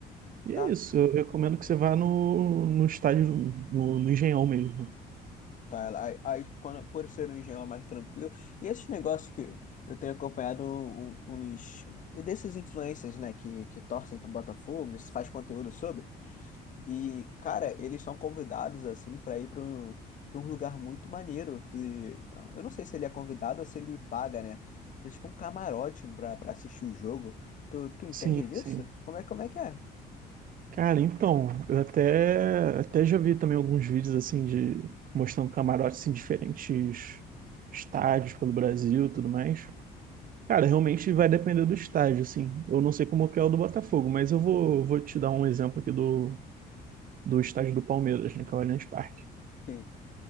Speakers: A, on the right; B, on the left.
A: E
B: Tá?
A: é isso, eu recomendo que você vá no, no estádio, no, no Engenhão mesmo.
B: Tá, ela aí, aí, tipo, quando, por ser um engenho mais tranquilo, e esses negócios que eu tenho acompanhado um- um, uns desses influencers, né, que, que torcem para Botafogo, e faz conteúdo sobre, e, cara, eles são convidados, assim, para ir para um, pra um lugar muito maneiro, de- eu não sei se ele é convidado ou se ele paga, né, pra, tipo um camarote para para assistir o jogo, tu, tu entende
A: Sim,
B: disso?
A: sim.
B: Como é, como é que é?
A: Cara, então, eu até, até já vi também alguns vídeos assim de mostrando camarotes em diferentes estádios pelo Brasil, e tudo mais. Cara, realmente vai depender do estádio, assim. Eu não sei como que é o do Botafogo, mas eu vou, vou te dar um exemplo aqui do, do estádio do Palmeiras, né, que é o Allianz Parque.
B: Sim.